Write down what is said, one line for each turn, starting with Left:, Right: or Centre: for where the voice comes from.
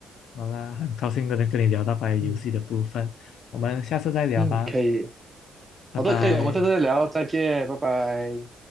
Left: 好啦，很高兴跟你跟你聊到关于游戏的部分，
Right: 嗯
Left: 我们下次再聊吧，
Right: 嗯，可以，
Left: 拜拜。
Right: 好的，可以，我们下次再聊，再见，拜拜。